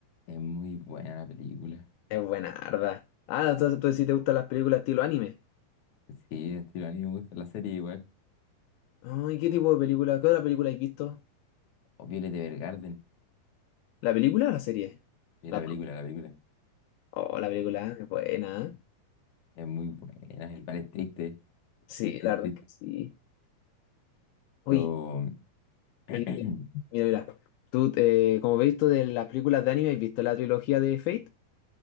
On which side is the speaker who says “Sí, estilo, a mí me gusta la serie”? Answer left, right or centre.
Left